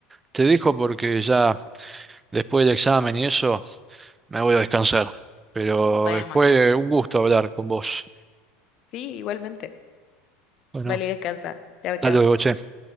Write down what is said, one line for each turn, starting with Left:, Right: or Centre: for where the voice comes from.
Right: te dejo porque ya después del examen y eso... me voy a descansar. Pero
Left: Bueno, más.
Right: fue un gusto hablar con vos.
Left: Sí, igualmente.
Right: Bueno,
Left: Vale, descansa. Chao, chao.
Right: hasta luego, che.